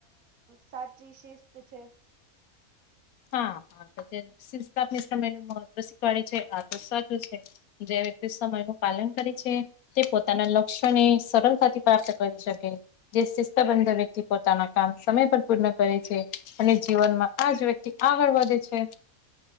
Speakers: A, on the right (about 80°); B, on the left (about 85°).
A: સાચી શિસ્ત છે.
B: હા, હા. તો જે શિક્ષણ સમય નુ મહત્વ શીખવાડે છે, આ તો સાચું છે. જે વ્યક્તિ સમય નું પાલન કરે છે તે પોતાના લક્ષ્યને સરળતાથી પ્રાપ્ત કરી શકે. જે શિસ્તબંધ વ્યક્તિ પોતાના કામ સમય પર પૂર્ણ કરે છે, અને જીવનમાં આ જ વ્યક્તિ આગળ વધે છે.